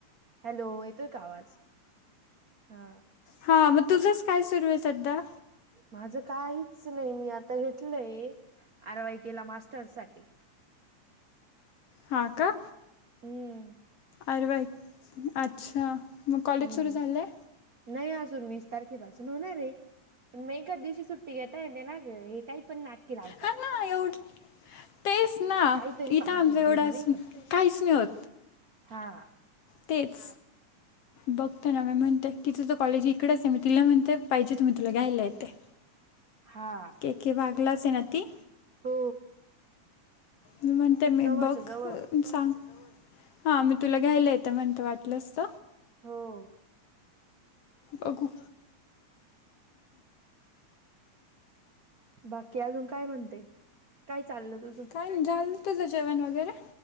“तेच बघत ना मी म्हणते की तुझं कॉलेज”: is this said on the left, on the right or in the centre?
Left